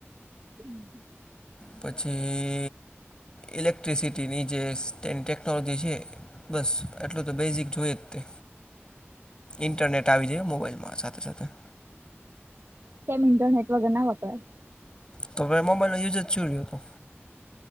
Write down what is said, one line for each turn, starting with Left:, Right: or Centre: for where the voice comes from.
Right: <inaudible>
Left: પછી ઇલેક્ટ્રિસિટીની જે ટેકનોલોજી છે. બસ એટલું તો બેઝિક જોય જ ને ઇન્ટરનેટ આવી જ મોબાઈલમાં સાથે સાથે
Right: કેમ ઇન્ટરનેટ વગર ના વાપરા
Left: તો હવે મોબાઈલ નો યુઝ જ શુ રહ્યો